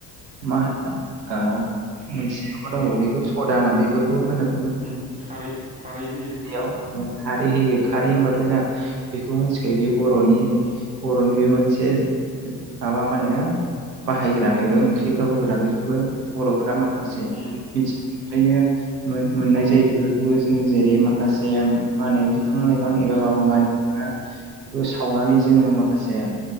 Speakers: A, on the right (about 85°); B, on the right (about 15°).
A: मा होनो? आ मोनसे माबा दं बेखौ सदा ना बेफोरखौ होनो
B: उम खारै -खारै होयो ।
A: याव खारै होयो खारै होनबा थ जाहा बेखौ मिथिखायो बे बर'नि- बर'नि बे मोनसे माबा मा होनो बाहायग्रा बेबो फख्रिफ्राव होग्रा बेखौबो बर'फ्रा माखासे
B: उम
A: मिथि बेखायनो मोनमोननाय जायो बेफोरखौबो जों जेरै माखासे मा होनो बि फां लाइफां एबा
B: औ
A: माबा मानिख <unintelligible> बेखौ सावनानै जोङो माखासे